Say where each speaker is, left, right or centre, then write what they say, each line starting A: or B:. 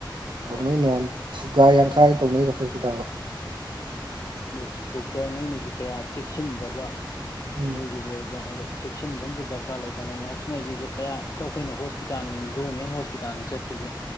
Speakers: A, on the left; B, on the right.
A: ꯍꯣꯏ
B: ꯇꯧꯅꯩ ꯃꯌꯥꯝ ꯊꯨꯒꯥꯏ ꯌꯥꯡꯈꯥꯏ ꯇꯧꯅꯩꯗꯣ ꯍꯣꯁꯄꯤꯇꯥꯜꯒ
A: ꯗꯨ ꯗꯣꯛꯇꯔꯉꯩꯅꯁꯨ ꯀꯌꯥ ꯆꯦꯛꯁꯤꯟꯗꯕ
B: ꯎꯝ
A: ꯃꯣꯏꯁꯨ ꯍꯣꯏꯕ ꯑꯗꯣ ꯆꯦꯛꯁꯤꯟꯕ ꯑꯃꯗꯤ ꯗꯔ ꯀꯥ ꯂꯩꯗꯅ ꯅꯔꯁ ꯁꯤꯡꯉꯩꯁꯤꯁꯨ ꯈꯔ ꯍꯦꯛꯇ ꯑꯩꯈꯣꯏꯅ ꯍꯣꯁꯄꯤꯇꯥꯜ ꯒꯣꯔꯃꯦꯟ ꯍꯣꯁꯄꯤꯇꯥꯜꯒ ꯆꯠꯄꯁꯦ